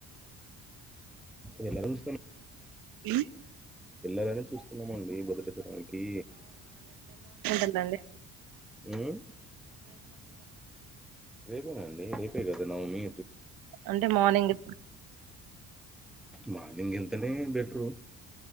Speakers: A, in the centre; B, on the right.
A: వెళ్లాలని చూస్తాన్న
B: ఓకే
A: వెళ్లాలానే చూస్తున్నామండి మొదటి <unintelligible> కి
B: ఎందండి
A: ఉమ్ రేపేనా అండి రేపే కదా నావమీ
B: అంటే మార్నింగ్
A: మార్లింగ్ వెళ్తేనే బీట్రూ